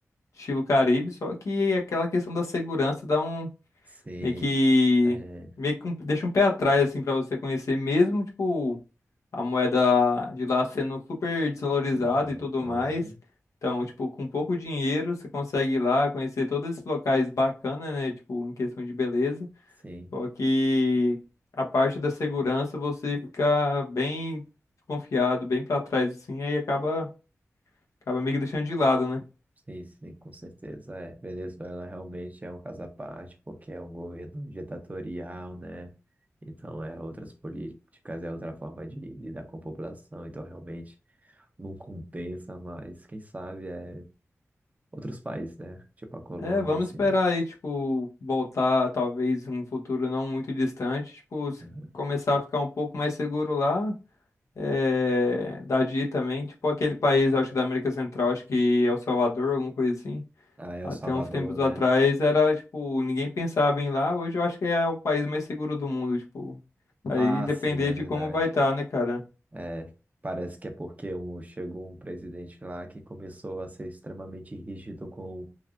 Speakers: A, on the left; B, on the right.
A: estilo Caribe, só que é aquela questão da segurança dá um
B: Sei,
A: Meio que.
B: é,
A: Meio que um- deixa um pé atrás, assim, pra você conhecer, mesmo, tipo, a moeda de lá sendo super desvalorizada
B: Venezuela,
A: e tudo
B: aham,
A: mais. Então, tipo, com pouco dinheiro, você consegue ir lá conhecer todos esses locais bacanas, né? Tipo, em questão de beleza.
B: sim,
A: Só que a parte da segurança você fica bem confiado, bem pra trás, assim, aí acaba, acaba meio que deixando de lado, né?
B: sim, sim, com certeza, é, Venezuela realmente é um caso à parte, porque é um governo ditatorial, né, então é outras políticas, é outra forma de lidar com a população, então realmente não compensa, mas quem sabe é outros países, né, tipo a Colômbia,
A: É, vamos
B: assim,
A: esperar aí, tipo, voltar talvez um futuro não muito distante, tipo, se
B: aham.
A: começar a ficar um pouco mais seguro lá, é, da DI também, tipo aquele país, acho que da América Central, acho que El Salvador, alguma coisa assim.
B: Ah, El
A: Até
B: Salvador,
A: uns tempos
B: né,
A: atrás era, tipo, ninguém pensava em ir lá, hoje eu acho que é o país mais seguro do mundo, tipo, aí
B: ah,
A: depender
B: sim, é
A: de
B: verdade,
A: como vai estar, né, cara?
B: É, parece que é porque um, chegou um presidente lá que começou a ser extremamente rígido com,